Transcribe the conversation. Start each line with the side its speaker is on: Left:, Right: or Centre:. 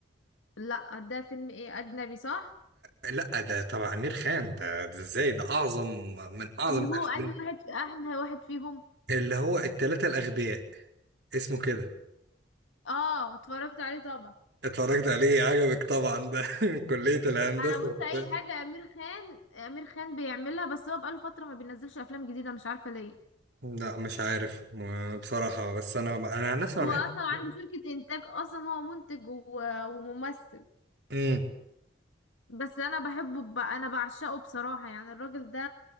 Left: لا ده فيلم ايه اجنبي صح
Right: آه، لا ده تبع امير خان ده, ده ازاي ده اعظم من اعظم
Left: ان
Right: الافلام
Left: هو انهي واحد في احنا واحد فيهم
Right: اللي هو التلاتة الاغبياء اسمه كده
Left: اه اتفرجت عليه طبعا
Right: اتفرجت عليه عجبك طبعا ده <laughs> كلية الهندسة
Left: انا بص
Right: وبتاع
Left: اي حاجة امير خان امير خان بيعملها بس هو بقاله فترة ما بينزلش افلام جديدة مش عارفة ليه
Right: لا مش عارف ما- بصراحة بس انا انا عن نفسي انا
Left: هو
Right: بحب
Left: اصلا
Right: <laughs>
Left: عنده شركة انتاج اصلا هو منتج و- وممثل
Right: امم
Left: بس انا بحبه ب... انا بعشقه بصراحة يعني الراجل ده